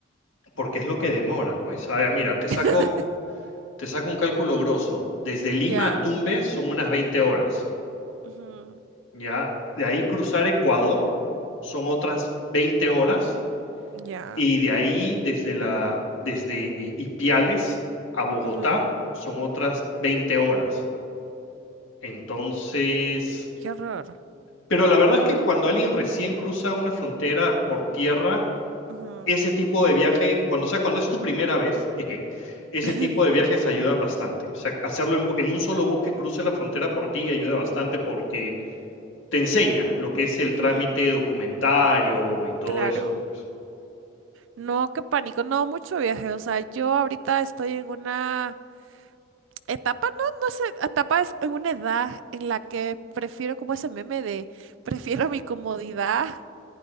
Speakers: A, on the left; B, on the right.
A: porque es lo que demora, pues. A ver, mira, te saco,
B: <laughs>
A: te saco un cálculo grosso. Desde Lima
B: Ya.
A: a Tumbes son unas veinte horas,
B: Ujú.
A: ¿ya? De ahí cruzar Ecuador son otras 20 horas,
B: Ya.
A: y de ahí desde la, desde I- Ipiales a Bogotá
B: Ujú.
A: son otras 20 horas. Entonces,
B: Qué horror.
A: pero la verdad es que cuando alguien recién cruza una frontera por tierra,
B: Ujú.
A: ese tipo de viaje, cuando, o sea, cuando es tu primera vez, <laughs> jeje, ese
B: <laughs>
A: tipo de viajes ayudan bastante. O sea, hacerlo en, bu- en un solo bus que cruce la frontera por ti ayuda bastante porque te enseña lo que es el
B: Ujú,
A: trámite documentario y todo
B: Claro.
A: eso, pues.
B: No, qué pánico, no mucho viaje. O sea, yo ahorita estoy en una etapa, no, no sé, etapa es en una edad en la que prefiero como ese meme de <laughs> prefiero mi comodidad.